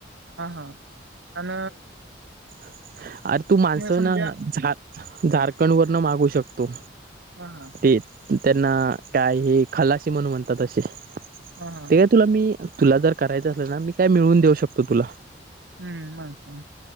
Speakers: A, on the right; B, on the right.
A: हा हा अन..
B: ह अरे तू माणसं
A: समजा
B: ना झा झारखंड वरन मागू शकतो
A: हा हा
B: ते... त्यांना काय ह खलाशीी म्हणून म्हणतात असे
A: हा ह
B: ते काय तुला मी तुला जर करायचं असेल ना मी काय मिळवून देऊ शकतो तुला
A: हम्म मास